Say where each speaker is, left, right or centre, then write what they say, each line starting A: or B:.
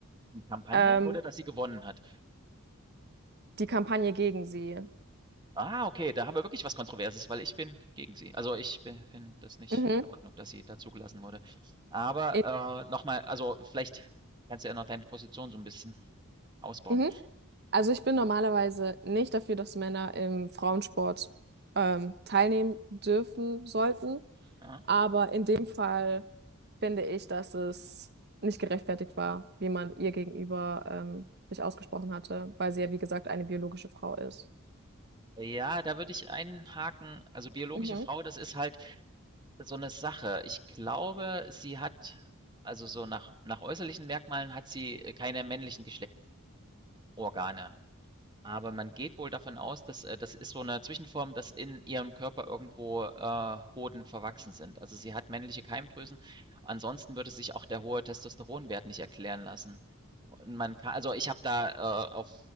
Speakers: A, on the right; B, on the right.
A: Die Kampagne
B: Ähm,
A: oder dass sie gewonnen hat?
B: die Kampagne gegen sie.
A: Ah, okay, da haben wir wirklich was Kontroverses, weil ich bin gegen sie. Also ich finde das nicht
B: Mhm.
A: in Ordnung, dass sie da zugelassen wurde. Aber
B: In,
A: äh, nochmal, also vielleicht kannst du ja noch deine Position so ein bisschen ausbauen.
B: mhm. Also ich bin normalerweise nicht dafür, dass Männer im Frauensport ähm, teilnehmen dürfen sollten.
A: Aha.
B: Aber in dem Fall finde ich, dass es nicht gerechtfertigt war, wie man ihr gegenüber ähm, sich ausgesprochen hatte, weil sie ja, wie gesagt, eine biologische Frau ist.
A: Ja, da würde ich einhaken. Also, biologische
B: Mhm.
A: Frau, das ist halt so eine Sache. Ich glaube, sie hat also, so nach nach äußerlichen Merkmalen hat sie äh, keine männlichen Geschlechtsorgane. Aber man geht wohl davon aus, dass äh, das ist so eine Zwischenform, dass in ihrem Körper irgendwo, äh, Hoden verwachsen sind. Also, sie hat männliche Keimdrüsen. Ansonsten würde sich auch der hohe Testosteronwert nicht erklären lassen. Und man ka also, ich habe da, äh, auf